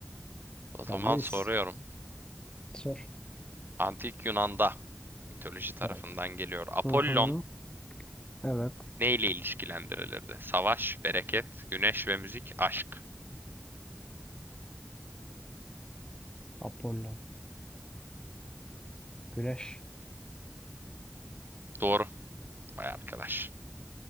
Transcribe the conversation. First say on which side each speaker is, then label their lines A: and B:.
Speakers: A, on the right; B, on the left.
A: O
B: Sendeyiz.
A: zaman soruyorum.
B: Sor.
A: Antik Yunan'da mitoloji tarafından
B: Evet.
A: geliyor. Apollon
B: Hı hı. Evet.
A: neyle ilişkilendirilirdi? Savaş, bereket, güneş ve müzik, aşk.
B: Apollo. Güneş.
A: Doğru. Vay arkadaş.